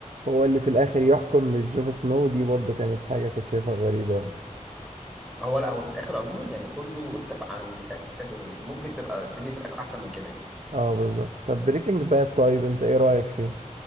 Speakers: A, on the right; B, in the centre.
A: هو اللي في الاخر يحكم مش جون سنو دي برضو كانت حاجة كنت شايفها غريبة
B: هو لا هو في الآخر عموما يعني كله اتفق على إن في الآخر كانت ممكن تبقى الدنيا في الآخر أحسن من كده يعني.
A: اه بالظبط طب بريكنج باد طيب انت ايه رأيك فيه